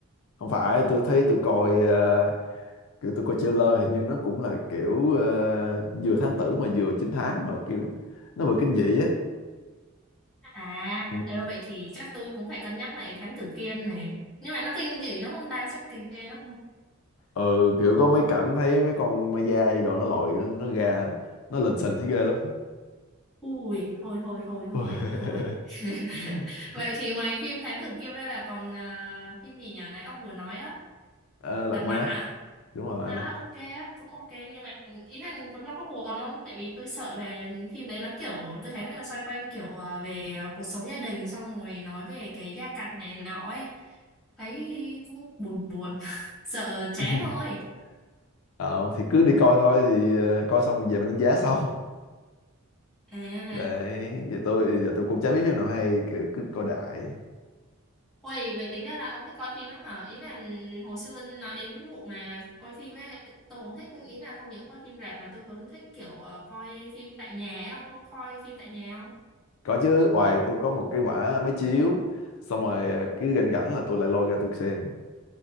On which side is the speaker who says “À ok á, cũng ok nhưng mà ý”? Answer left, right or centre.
Centre